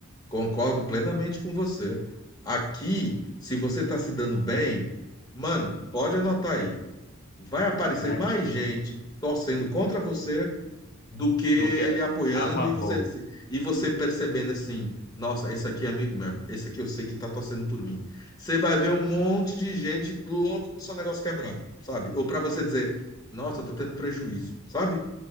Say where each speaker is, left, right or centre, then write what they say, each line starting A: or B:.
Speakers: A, on the left; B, on the left.
A: Concordo plenamente com você. Aqui, se você está se dando bem, mano, pode anotar aí. Vai aparecer
B: Vai
A: mais gente torcendo contra você do que ele
B: do que a,
A: apoiando
B: a favor.
A: e você dizer- e você percebendo assim, nossa, esse aqui é amigo mesmo, esse aqui eu sei que tá torcendo por mim. Você vai ver um monte de gente louco com o seu negócio quebrando, sabe? Ou para você dizer, nossa, eu tô tendo prejuízo, sabe?